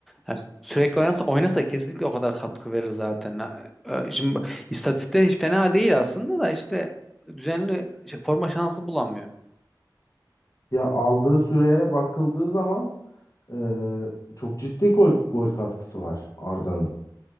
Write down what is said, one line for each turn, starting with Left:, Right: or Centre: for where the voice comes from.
Centre: Ya sürekli oynasa, oynasa kesinlikle o kadar katkı verir zaten. Ha, e, Şimdi istatistikler hiç fena değil aslında da işte düzenli şey, forma şansı bulamıyor.
Left: Ya aldığı süreye bakıldığı zaman e, çok ciddi gol, gol katkısı var Arda'nın.